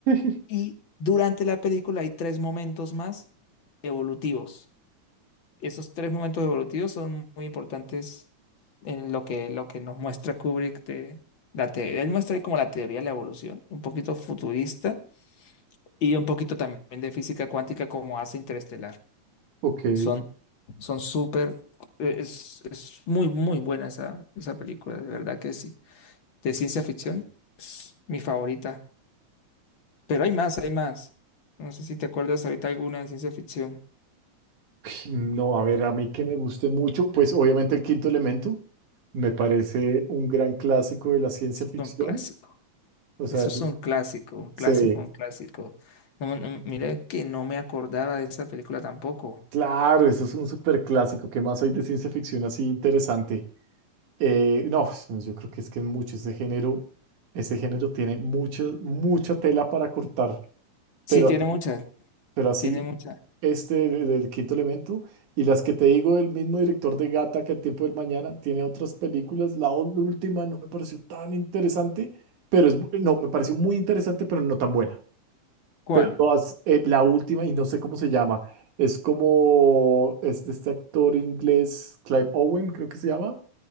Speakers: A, on the right (about 80°); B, on the left (about 50°).
A: <laughs>
B: Y durante la película hay tres momentos más evolutivos. Esos tres momentos evolutivos son muy importantes en lo que, lo que nos muestra Kubrick de la teoría. Él muestra como la teoría de la evolución, un poquito futurista y un poquito también de física cuántica como hace Interestelar.
A: Ok. Uy,
B: Son, son súper, eh, es, es muy, muy buena esa, esa película, de verdad que sí. De ciencia ficción, es mi favorita. Pero hay más, hay más. No sé si te acuerdas ahorita alguna de ciencia ficción.
A: No, a ver, a mí que me guste mucho, pues obviamente El Quinto Elemento me parece un gran clásico de la ciencia
B: Es
A: ficción.
B: un clásico.
A: O sea,
B: Eso es un clásico, un clásico,
A: se
B: un clásico. No, no, mira que no me acordaba de esa película tampoco.
A: claro, eso es un súper clásico. ¿Qué más hay de ciencia ficción así interesante? Eh, no, pues, no, yo creo que es que es mucho ese género, ese género tiene mucha, mucha tela para cortar,
B: Sí,
A: pero,
B: tiene
A: así-
B: muchas,
A: pero así,
B: tiene muchas.
A: este de- del quinto elemento y las que te digo, el mismo director de Gata que El tiempo del mañana tiene otras películas, la ul- última no me pareció tan interesante, pero es, bu- no, me pareció muy interesante, pero no tan buena,
B: ¿Cuál?
A: pero todas, eh, la última y no sé cómo se llama, es como, es de este actor inglés, Clive Owen creo que se llama